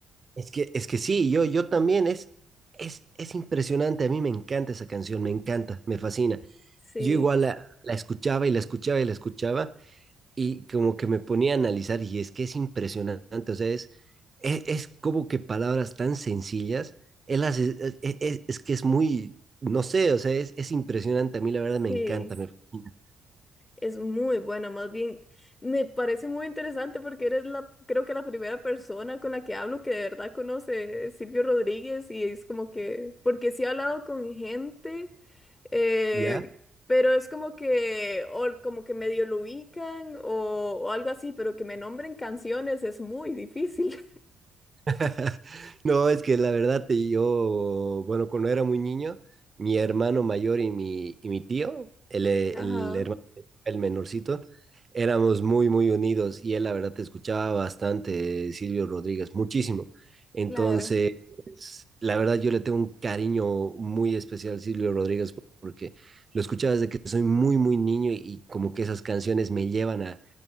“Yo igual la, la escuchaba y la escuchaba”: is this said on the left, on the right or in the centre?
Right